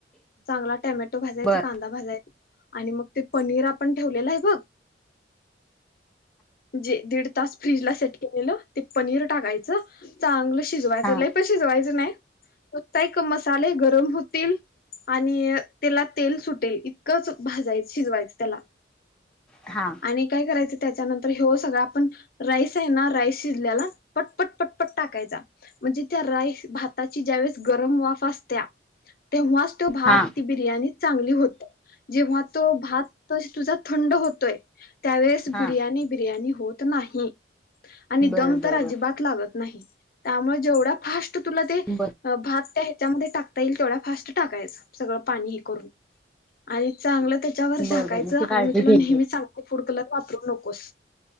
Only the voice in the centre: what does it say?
बर
हा
हा
हा
हा
बर
बर
बर
बर
बर ती
काळजी
घेईन.